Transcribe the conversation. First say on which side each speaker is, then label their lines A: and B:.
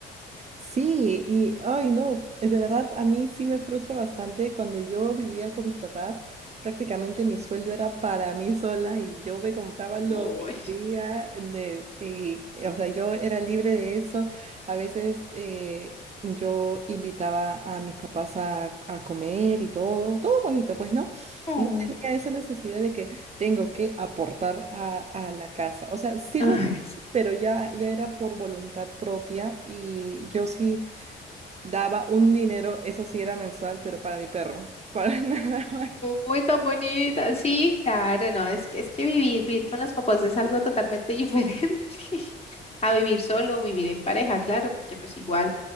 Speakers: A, on the right; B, on the left.
A: Sí, y ay no, eh, de verdad a mí sí me frustra bastante. Cuando yo vivía con mis papás, prácticamente mi sueldo era para mí sola y yo me compraba lo
B: Uy.
A: que quería. de- y, eh, o sea, yo era libre de eso. A veces eh, yo invitaba a mis papás a, a comer y todo, todo bonito, pues, ¿no?
B: Oh.
A: No tenía esa necesidad de que tengo que aportar a, a la casa. O sea, sí
B: Ay.
A: lo pero ya, ya era por voluntad propia y yo sí daba un dinero, eso sí era mensual, pero para mi perro, para <laughs> nada más.
B: Uy, tan bonita. Sí, claro, no, es que, es que vivir, vivir con los papás es algo totalmente diferente <laughs> a vivir solo o vivir en pareja, claro, porque pues igual